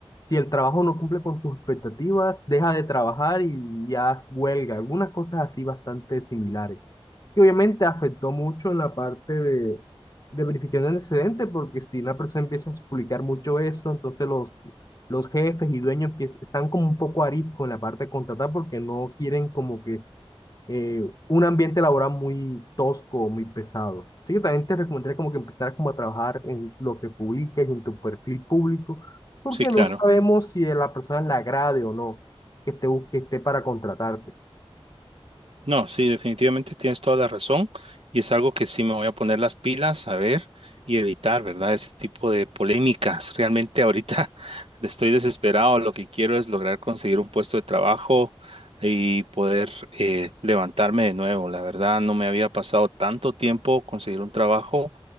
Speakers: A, on the left (about 40°); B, on the right (about 70°).
A: si el trabajo no cumple con tus expectativas, deja de trabajar y ya huelga, algunas cosas así bastante similares que obviamente afectó mucho en la parte de, de verificación de antecedentes, porque si una persona empieza a publicar mucho eso, entonces los, los jefes y dueños empie- están como un poco arisco en la parte de contratar porque no quieren como que eh, un ambiente laboral muy tosco, muy pesado. Así que también te recomendaría como que empezaras como a trabajar en lo que publiques, en tu perfil público, porque
B: sí, claro.
A: no sabemos si a la persona le agrade o no que esté, bus- que esté para contratarte.
B: No, sí, definitivamente tienes toda la razón y es algo que sí me voy a poner las pilas a ver y evitar, ¿verdad? Ese tipo de polémicas. Realmente ahorita <laughs> estoy desesperado, lo que quiero es lograr conseguir un puesto de trabajo y poder eh, levantarme de nuevo. La verdad, no me había pasado tanto tiempo conseguir un trabajo